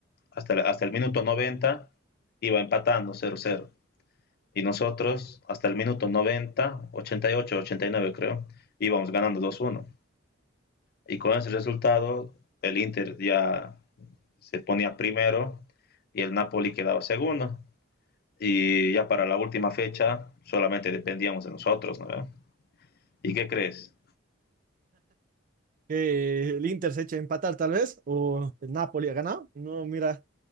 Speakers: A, on the left; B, on the right.
A: hasta, hasta el minuto 90 iba empatando cero cero Y nosotros hasta el minuto noventa ochenta y ocho ochenta y nueve creo, íbamos ganando dos uno Y con ese resultado el Inter ya se ponía primero y el Napoli quedaba segundo. Y ya para la última fecha solamente dependíamos de nosotros, ¿no? ¿Y qué crees?
B: Que el Inter se eche a empatar tal vez, o el Napoli ha ganado. No, mira,